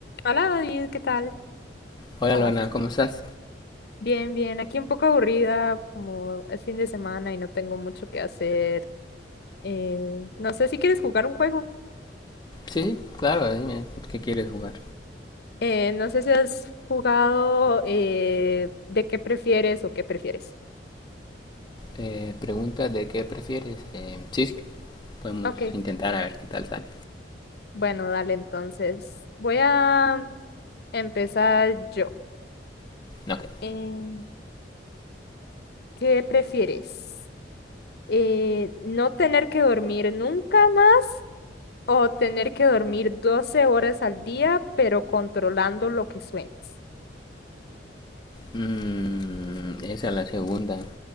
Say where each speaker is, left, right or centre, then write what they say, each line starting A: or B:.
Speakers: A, on the left; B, on the left.
A: Hola David, ¿qué tal?
B: Hola
A: ¿Cómo
B: Luana,
A: vas?
B: ¿cómo estás?
A: Bien, bien. Aquí un poco aburrida, como es fin de semana y no tengo mucho que hacer. Eh, no sé si quieres jugar un juego.
B: Sí, sí, claro, dime, ¿qué quieres jugar?
A: Eh, no sé si has jugado eh, de qué prefieres o qué prefieres.
B: Eh, pregunta de qué prefieres. Eh, sí, sí, podemos
A: Ok,
B: intentar a ver qué tal sale.
A: bueno, dale entonces. Voy a empezar yo.
B: Ok.
A: Eh, ¿qué prefieres? Eh, ¿no tener que dormir nunca más? O tener que dormir 12 horas al día, pero controlando lo que sueñas.
B: Mm, esa es la segunda.